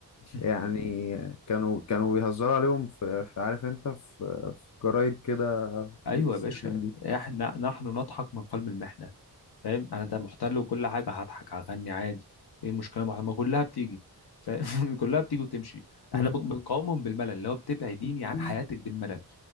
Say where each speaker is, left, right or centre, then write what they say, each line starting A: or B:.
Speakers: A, on the left; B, on the left.
A: <laughs>
B: يعني آه، كانوا كانوا بيهزروا عليهم في, في عارف انت في, في جرايد كده
A: ايوه
B: بتتسلم
A: يا باشا احنا نحن نضحك من قلب المحنه فاهم انا ده محتل وكل حاجه هضحك هغني عادي ايه المشكله ما ما كلها بتيجي فاهم <laughs> كلها بتيجي وتمشي
B: دي
A: احنا بن- بنقاومهم بالملل اللي هو بتبعديني
B: مهم.
A: عن حياتك بالملل